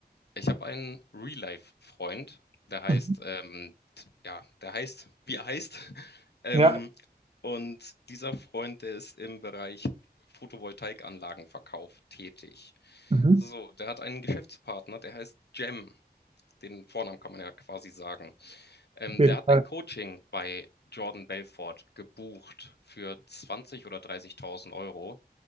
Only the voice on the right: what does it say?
Mhm.
ja,
Mhm.
auf jeden
Fall.